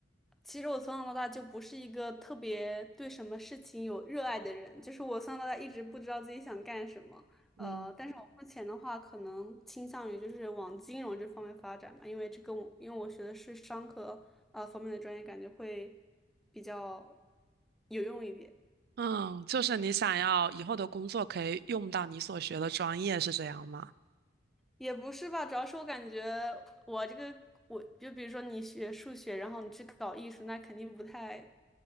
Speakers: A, in the centre; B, on the right (about 55°).
A: 其实我从小到大就不是一个特别对什么事情有热爱的人，就是我从小到大一直不知道自己想干什么。呃，
B: 嗯，
A: 但是我目前的话，可能倾向于就是往金融这方面发展吧，因为这跟我因为我学的是商科啊、呃方面的专业，感觉会比较有用一点。
B: 嗯，就是你想要以后的工作可以用到你所学的专业，是这样吗？
A: 也不是吧，主要是我感觉我这个，我就比如说你学数学，然后你去搞艺术，那肯定不太